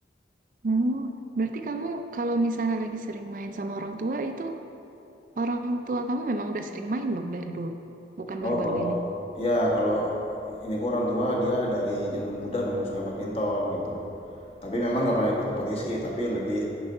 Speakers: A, on the right (about 45°); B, on the left (about 35°).
A: Oh, berarti kamu kalau misalnya lagi sering main sama orang tua itu orang tua kamu memang udah sering main dong dari dulu, bukan baru-baru
B: Oh kalau
A: ini.
B: ya kalau ini kok orang tua dia dari zaman muda memang suka badminton gitu. Tapi memang nggak pernah ikut kompetisi, tapi lebih